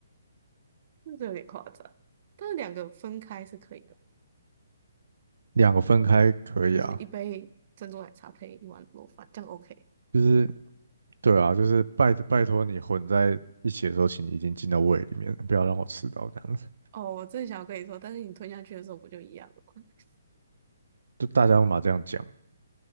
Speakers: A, on the right; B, on the right.
A: 那个有点夸张。但是两个分开是可以的，
B: 两个分开可以啊。
A: 就是一杯珍珠奶茶配一碗螺饭，这样 OK。
B: 就是对啊，就是拜拜托你混在一起的时候，请你已经进到胃里面了，不要让我吃到这样子。
A: 哦，我正想跟你说，但是你吞下去的时候不就一样了吗？<laughs>
B: 就大家都嘛这样讲，